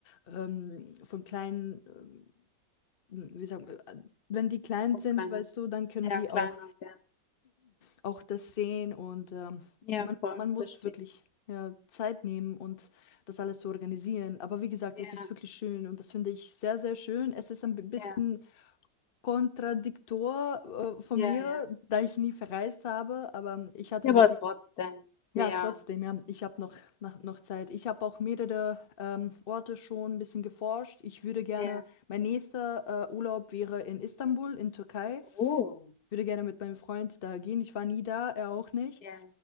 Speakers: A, on the left; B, on the left.
A: ähm von kleinen, ähm, wie sagen wir, äh, wenn die klein
B: voll
A: sind,
B: kleiner,
A: weißt du, dann können
B: ja,
A: die
B: kleiner,
A: auch
B: ja,
A: auch das sehen und ähm,
B: ja,
A: man,
B: voll,
A: man muss
B: das stimmt.
A: wirklich ja, Zeit nehmen und das alles zu organisieren. Aber wie gesagt,
B: Ja,
A: es ist wirklich schön und das finde ich sehr, sehr schön. Es ist ein bi- bisschen
B: ja,
A: kontradiktor äh, von
B: ja,
A: mir,
B: ja,
A: da ich nie verreist habe, aber ich hatte
B: ja, aber
A: wirklich,
B: trotzdem,
A: ja,
B: mehr,
A: trotzdem, ja, ich habe noch, noch, noch Zeit. Ich habe auch mehrere ähm, Orte schon ein bisschen geforscht. Ich würde gerne,
B: ja,
A: mein nächster äh, Urlaub wäre in Istanbul, in Türkei.
B: oh,
A: Ich würde gerne mit meinem Freund da gehen. Ich war nie da, er auch nicht.
B: ja,